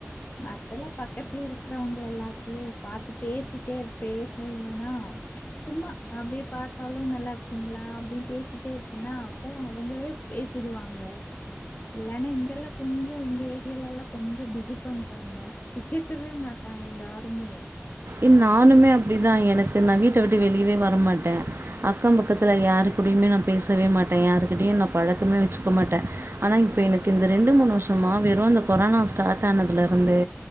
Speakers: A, on the left; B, on the right.
A: மத்தல பக்கத்துல இருக்கிறவங்கல எல்லாத்தையும் பாத்து பேசிட்டே இ பேசவேன்டா சும்மா அப்டி பாத்தாலும் நல்லா இருக்கீங்களா அப்டின் பேசிட்டே இருப்பன்னா அப்போ அவங்களே பேசிடுவாங்க இல்லன்னு இங்கெல்லா கொஞ்ச எங்க ஏரியால எல்லா கொஞ்ச பிகு பண்றாங்க பேசவே மாட்டாங்க யார் துமே
B: எ நானுமே அப்டிதா எனக் நா வீட்ட விட்டு வெளியவே வர மாட்ட அக்க
A: அ,
B: பக்கத்துல யாருக் அப்படியுமே நா பேசவே மாட்டே யாருக்கிட்டயோ நா பழக்கமே வச்சுக்க மாட்டே ஆனா இப்ப
A: அ,
B: எனக்கு இந்த ரெண்டு மூணு வருஷம் சும்மா வெறு இந்த கொரோனா ஸ்டார்ட் ஆனதுலருந்து